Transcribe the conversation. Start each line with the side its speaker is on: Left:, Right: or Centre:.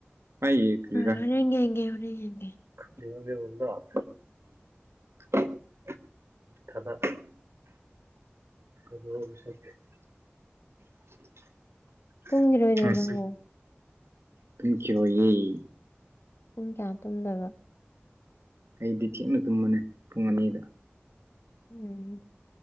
Right: ꯃꯥꯒꯤ ꯀꯔꯤꯔꯥ
Left: ꯍꯣꯔꯦꯟ ꯌꯦꯡꯒꯦ ꯍꯣꯔꯦꯟ ꯌꯦꯡꯒꯦ꯫
Right: <unintelligible> <unintelligible>
Left: ꯇꯨꯝꯈꯤꯔꯣꯏꯗ꯭ꯔꯣ
Right: ꯉꯁꯤ
Left: ꯅꯪꯕꯨ꯫
Right: ꯇꯨꯝꯈꯤꯔꯣꯏꯌꯦ
Left: ꯄꯨꯡ ꯀꯌꯥ ꯇꯨꯝꯗꯕ꯫
Right: ꯑꯩꯗꯤ ꯊꯦꯡꯅ ꯇꯨꯝꯕꯅꯦ ꯄꯨꯡ ꯑꯅꯤꯗ
Left: ꯎꯝ